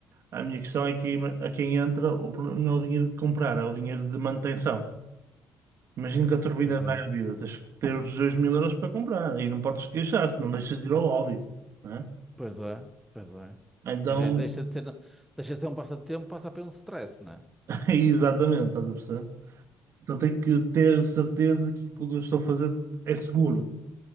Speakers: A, on the right; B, in the centre.
A: A minha questão é que a quem entra o problema não é o dinheiro de comprar, é o dinheiro de manutenção. Imagina que a turbina
B: Pois
A: vai
B: é,
A: à vida, tens que ter os dois mil euros para comprar e não podes queixar, se não deixas de ir ao lobby, né?
B: pois é, pois é.
A: Então,
B: Pois é, deixa de ser, deixa de ser um passatempo, passa a ser um stress, não é?
A: <laughs> exatamente, estás a perceber? Então tenho que ter certeza que aquilo que eu estou a fazer é seguro.